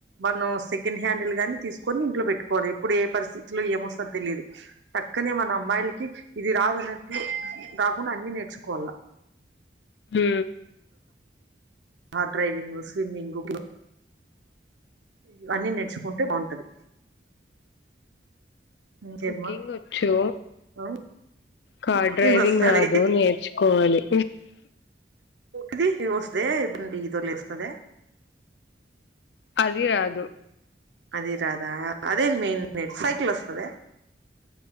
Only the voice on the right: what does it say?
మనం సెకండ్ హ్యాండ్లు గాని తీసుకొని ఇంట్లో పెట్టుకోవాలి ఎప్పుడు ఏ పరిస్థితిలో ఏమొస్తో తెలిదు పక్కనే మన అమ్మాయిలకి. ఇది రాదు అన్నట్లు రాకుండా అన్ని నేర్చుకోవాల
హార్ డ్రైవింగ్ స్విమ్మింగ్ ఇవన్నీ నేర్చుకుంటే బాగుంటది. ఇంకేమ్మా
ఆ
కుకింగ్
వస్తది
ఇది వస్తదే ఇబ్ండి ఇల ఇస్తద
అది రాధా అదేన్ మెయిన్ న సైక్ల్ వస్తద.